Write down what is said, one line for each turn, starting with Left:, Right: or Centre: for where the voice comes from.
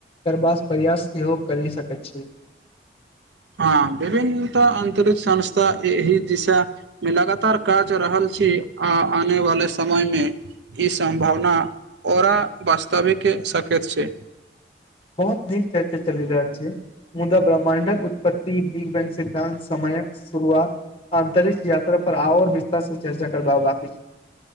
Left: करबास प्रयास सेहो करि सकैत छी
Right: हँ विभिन्नत अन्तरिक्ष संस्था एहि दिशा मे लगातार काज रहल छी आ आने वाले समय मे ई सम्भावना ओरा वास्तव आबैके साकैत छी
Left: बहुत नीक चर्चा चलि रहल छै मुदा ब्रह्मणडक उत्पत्त बिग बैं सिद्धानंत समयक शुरुआत आंतरिक यात्रा पर आ आर विस्तार से चर्चा करबाबा के छै